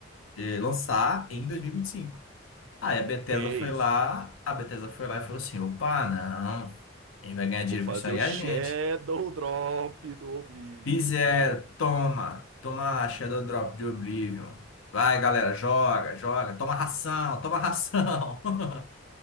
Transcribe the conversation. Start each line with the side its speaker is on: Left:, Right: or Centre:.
Left: eh, lançar em 2025. Aí a Bethesda
Right: Que é
Left: foi
Right: isso?
Left: lá, a Bethesda foi lá e falou assim: opa, não, quem vai ganhar dinheiro
Right: Vou fazer
Left: com isso aí
Right: o
Left: é
Right: Shadow
Left: a gente.
Right: Drop do Oblivion,
Left: Fizeram,
Right: bora.
Left: toma, toma a Shadow Drop de Oblivion. Vai, galera, joga, joga, toma ração, toma ração. <laughs>